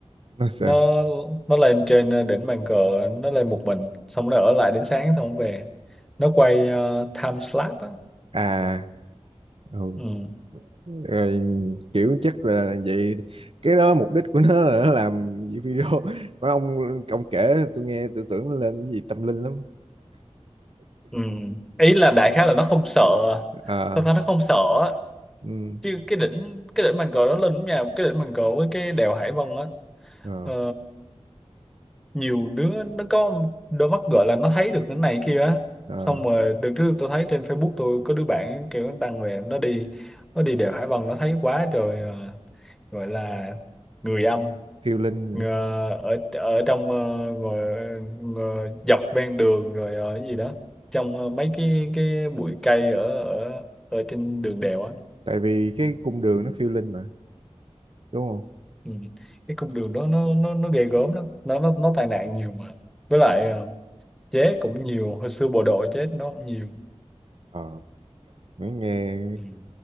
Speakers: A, on the right; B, in the centre.
A: nó sao
B: nó nó lên trên ờ, đỉnh bàn cờ nó lên một mình xong nó ở lại đến sáng xong nó về nó quay ờ, time slap á
A: à ừ.
B: ừ.
A: rồi kiểu chắc là vậy cái đó mục đích của nó là nó làm video mà ông ông kể tôi nghe tôi tưởng nó lên cái gì tâm linh lắm
B: Ừ. ý là đại khái là nó không sợ
A: à
B: sao ta nó không sợ á.
A: ừ,
B: chứ cái đỉnh cái đỉnh bàn cờ nó lên nhà cái đỉnh bàn cờ với cái đèo Hải Vân á
A: à,
B: ờ, nhiều đứa nó có đôi mắt gọi là nó thấy được cái này kia á
A: à,
B: xong rồi đợt trước tôi thấy trên Facebook tôi có đứa bạn kiểu đăng về nó đi nó đi đèo Hải Vân nó thấy quá trời ờ, gọi là người âm
A: phiêu linh nữa.
B: ờ, ở ở trong ờ, ngồi ờ, dọc ven đường rồi ở cái gì đó trong ờ, mấy cái cái bụi cây ở ở ở trên đường đèo á
A: tại vì cái cung đường
B: ừ.
A: nó phiêu linh mà đúng không
B: Ừ. cái cung đường đó nó nó nó ghê gớm lắm nó nó nó tai nạn nhiều mà với lại ờ, chết cũng nhiều hồi xưa bộ đội chết nó cũng nhiều
A: ờ mới nghe
B: ừ.